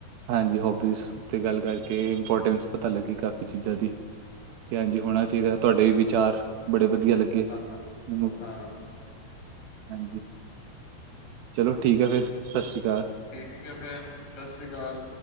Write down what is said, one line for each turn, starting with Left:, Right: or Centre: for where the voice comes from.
Right: ਹਾਂਜੀ ਹੋਬੀਜ਼ ਉੱਤੇ ਗੱਲ ਕਰਕੇ ਇੰਪੋਰਟੈਂਸ ਪਤਾ ਲੱਗੀ ਕਾਫ਼ੀ ਚੀਜ਼ਾਂ ਦੀ ਕਿ ਹਾਂਜੀ ਹੋਣਾ
Left: ਹੂੰ
Right: ਚਾਹੀਦਾ ਤੁਹਾਡੇ ਵੀ ਵਿਚਾਰ ਬੜੇ ਵਧੀਆ ਲੱਗੇ
Left: ਹਾਂ
Right: ਮੈਨੂੰ
Left: ਹਾਂ
Right: ਹਾਂਜੀ ਚਲੋ ਠੀਕ ਹੈ ਫਿਰ ਸਤਿ ਸ਼੍ਰੀ ਅਕਾਲ
Left: ਠੀਕ ਹੈ ਫਿਰ ਸਤਿ ਸ਼੍ਰੀ ਅਕਾਲ